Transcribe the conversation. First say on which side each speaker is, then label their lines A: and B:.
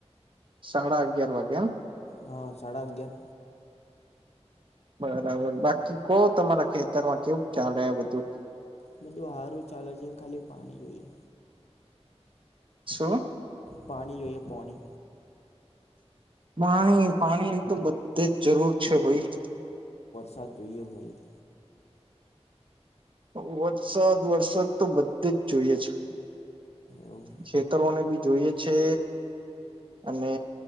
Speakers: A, on the right (about 50°); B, on the left (about 70°).
A: સાડા અગિયાર વાગેમ.
B: હા સાડા અગયાર.
A: બરાબર. બાકી કો તમારા ખેતરમાં કેવું ચાલે આ બધું?
B: બધું હારું ચાલે છે, ખાલી પાણી જોઈએ
A: શું?
B: પાણી જોએ પોની
A: પાણી પાણી તો બધી જ જરૂર છે ભાઈ.
B: સાજએ ભઈ <unintelligible>
A: ઓ જ <unintelligible> વરસાદ વરસાદ તો બધે જ જોઈએ છે,
B: એવું
A: ખેતરોને બી જોઈએ છે અને